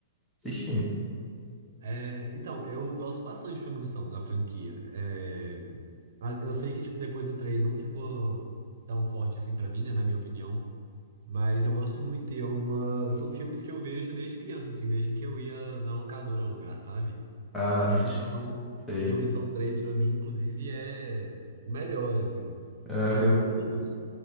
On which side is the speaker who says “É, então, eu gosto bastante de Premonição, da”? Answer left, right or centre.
Right